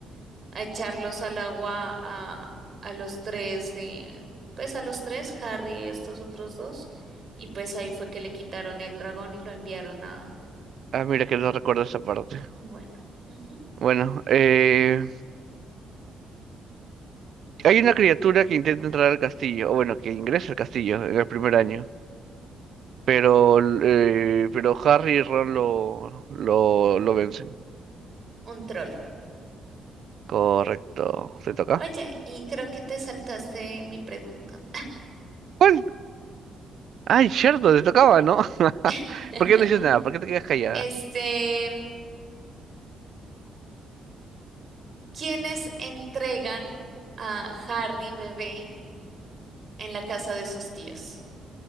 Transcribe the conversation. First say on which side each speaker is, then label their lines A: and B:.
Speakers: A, on the right; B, on the right.
A: a echarlos al agua a, a los tres de, pues a los tres, Harry, y estos otros dos, y pues ahí fue que le quitaron el dragón y lo enviaron a,
B: Ah, mira que no recuerdo esa parte.
A: bueno, ujú,
B: Bueno, eh, hay una criatura que intenta entrar al castillo, o bueno, que ingresa al castillo en el primer año, pero, l- eh, pero Harry y Ron lo, lo, lo vencen.
A: un troll.
B: Correcto, ¿te toca?
A: Oye, y creo que te saltaste mi pregunta.
B: ¿Cuál? Ay, cierto, te tocaba, ¿no? <laughs>
A: <laughs>
B: ¿Por qué no dices nada? ¿Por qué te quedas callada?
A: Este, ¿quiénes entregan a Harry bebé en la casa de sus tíos?